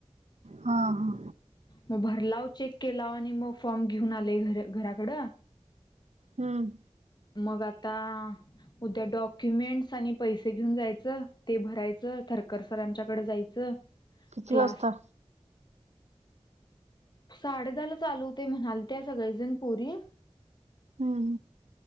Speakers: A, on the right; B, on the left.
A: हा हा
B: मग भरलाव चेक केलाव आणि मग फॉर्म घेऊन आले घराकड
A: हम्म
B: मग आता उद्या डॉक्युमेंटस आणि पैसे घेऊन जायचं ते भरायच थरकर सरांच्याकडे जायचं
A: किती
B: क्लास
A: वाजता
B: साडे दहा ला चालू होतय म्हणालत्या सगळेजण पोरी
A: हम्म